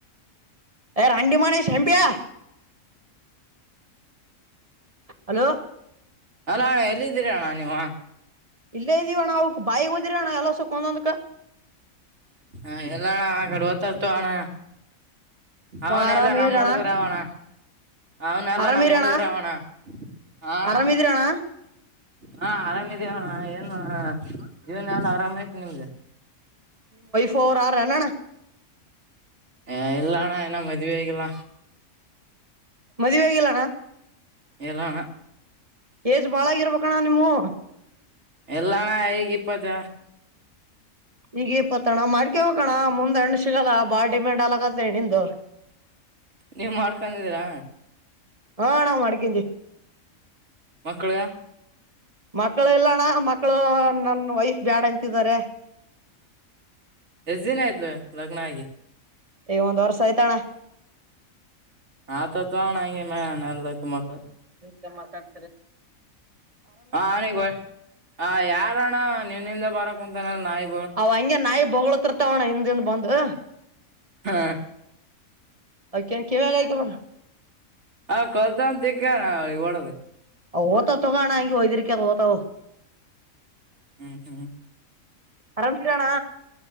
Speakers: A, on the right; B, on the right.
A: ಹೇ ರಂಡಿಮನೆ ಶೆಂಪಿಯ ಹಲೋ..
B: ಹಲೋ ಅಣ್ಣ ಎಲ್ಲಿದ್ದೀರ ಅಣ್ಣ ನೀವ
A: ಇಲ್ಲೇ ಇದೀವಣ್ಣ ಅವಕ್ ಬಾಯಗ್ ಹೋದಿರ ಅಣ್ಣ ಎಲ್ಲದೂಕು ಒಂದೊಂದುಕೆ
B: ಹ... ಹೇಳ ಅಣ್ಣ ಆ ಕಡೆ ಹೊತ್ತೂ ಅತ್ತು ಅಣ್ಣ ಅವನಲ್ಲ
A: ಆರಾಮ
B: ನಮ್ಮ
A: ಇದ್ರಣ್ಣ
B: ಹುಡುಗರುಅವಣ ಅವನ ಎಲ್ಲ
A: ಆರಾಮಿರಣ್ಣ
B: ನಮ್ಮ ಡುಗರ ಅವಣ ಅಣ್ಣ
A: ಆರಾಮಿದ್ರಣ್ಣ
B: ಹಾ ಆರಾಮ ಇದ್ದಿವಿ ಅಣ್ಣ ಏನು ಜೀವನ ಎಲ್ಲ ಆರಾಮ್ ಈತ ನಿಮ್ದು
A: ಫೋರ್ ಆರ್ ಎನ್ ಅಣ್ಣ
B: ಹೇ ಇಲ್ಲ ಅಣ್ಣ ಇನ್ನ ಮದುವೆ ಆಗಿಲ್ಲ
A: ಮದುವೆ ಆಗಿಲ ಅಣ್ಣ
B: ಇಲ್ಲ ಅಣ್ಣ
A: ಏಜ್ ಬಾಳಾಗಿರ್ಬೇಕಣ್ಣ ನಿಮವು
B: ಎಲ್ಲಣ್ಣ ಈಗ ಇಪ್ಪತ್ತ
A: ಈಗ ಇಪ್ಪತ್ತಣ್ಣ ಮಾಡಕ ಹಕಣ ಮುಂದ್ ಎಣ್ಣ ಸಿಗಲ್ಲ ಬಾಳ ಡಿಮ್ಯಾಂಡ್ ಅಲಕತ್ತ್ಣಂದು
B: ನೀವ್ ಮಾಡ್ಕೊಂಡಿದ್ದೀರಾ
A: ಹಾ ಅಣ್ಣ ಮಾಡ್ಕಿದ್ದಿ
B: ಮಕ್ಕಳೆಯ
A: ಮಕ್ಕಳು ಎಲ್ಲಣ್ಣ ಮಕ್ಕಳು ನನ್ ವೈಫ್ ಬ್ಯಾಡ ಅಂತಿದಿದ್ದಾರೆ
B: ಎಷ್ಟ್ ದಿನ ಆಯ್ತ್ಲ ಲಗ್ನ ಆಗಿ
A: ಏ ಒಂದ್ ವರ್ಷ ಆಯ್ತಣ್ಣ
B: ಹಾ ಆಗೆ ಮ <unintelligible> ನರ ತ ಮಕ್ಕಳ
A: ದೆ ಮಾತಾಡ್
B: ಹನಗ ಹ ಯಾರಣ್ಣ ನಿನ್ನಿಂದ ಬರ ಹ್ಮ್ಮ್. <unintelligible>
A: ಅವ ಹಗೆ ನಾಯಿ ಬೋಗ್ಳ್ತಿರ್ತವಣ್ಣ ಹಿಂದಿಂದ ಬಂದು್
B: ಹಾ
A: ಅಕ ಕೆವ ಲಗ ಹ
B: ಹಾ ಕಲ್ತಂತಕ್ಕಣ ತಿಕನ ಅವನ್ಗೆ ಒಡ್ದು
A: ಓತೊತ್ತುಾಣಾಂಗಗೆ ಹಯದರಿಕ ಓತ ಅವು
B: ಹ್ಮ್ ಹ್ಮ್
A: ಆರಾಮ್ಸರೆ ಅಣ್ಣ